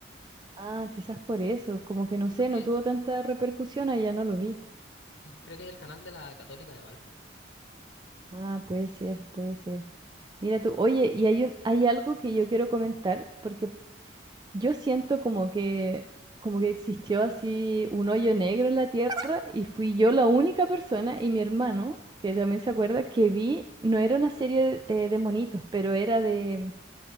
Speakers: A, on the right; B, on the left.
A: Ah, quizás por eso, como que no
B: Sí,
A: sé,
B: porque
A: no tuvo tanta repercusión, allá no lo vi.
B: <clears throat> creo que es el canal de la Católica de Valpo.
A: Ah, puede ser, puede ser. Mira tú, oye, y hay un, hay algo que yo quiero comentar, porque yo siento como que, como que existió así un hoyo negro en la tierra y fui yo la única persona y mi hermano, que también se acuerda, que vi, no era una serie eh, de monitos, pero era de,